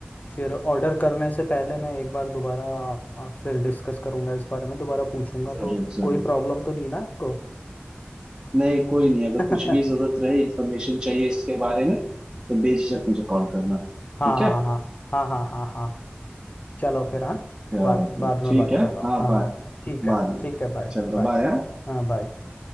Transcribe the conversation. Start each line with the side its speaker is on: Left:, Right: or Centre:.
Left: फिर ऑर्डर करने से पहले मैं एक बार दोबारा आप, आपसे डिस्कस करूँगा इस बारे में दोबारा पूछूंगा
Right: जरूर
Left: तो
Right: जरूर
Left: कोई प्रॉब्लम तो नहीं ना आपको
Right: नहीं कोई नहीं अगर
Left: <laughs>
Right: कुछ भी जरूरत
Left: हाँ
Right: रहे इंफॉर्मेशन चाहिए इसके बारे में तो बेझिझक मुझे कॉल करना
Left: हाँ
Right: ठीक
Left: हाँ
Right: है
Left: हाँ हाँ हाँ हाँ हाँ चलो फिर हाँ
Right: चलो
Left: बात
Right: फिर
Left: बाद में
Right: ठीक
Left: बात
Right: है
Left: करता हूँ
Right: हाँ
Left: हाँ
Right: बाय
Left: हाँ ठीक है
Right: बाद में
Left: ठीक है बाय
Right: चलो
Left: बाय
Right: बाय
Left: हाँ बाय